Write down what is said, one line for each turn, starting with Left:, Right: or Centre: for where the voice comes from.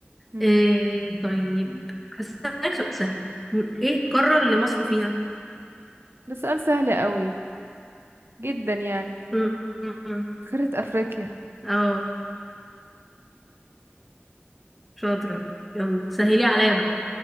Right: مم،
Centre: آه طيب هسالك سؤال سهل مم، ايه القاره اللي مصر فيها
Right: ده سؤال سهل قوي جدا يعني
Centre: مم، مم، مم.
Right: قارة أفريقيا
Centre: اه شاطره يلا سهلي عليا بقى